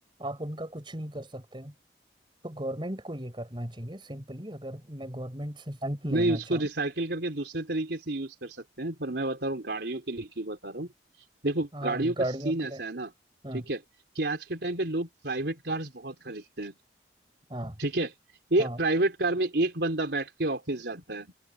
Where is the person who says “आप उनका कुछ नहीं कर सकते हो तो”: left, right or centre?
Right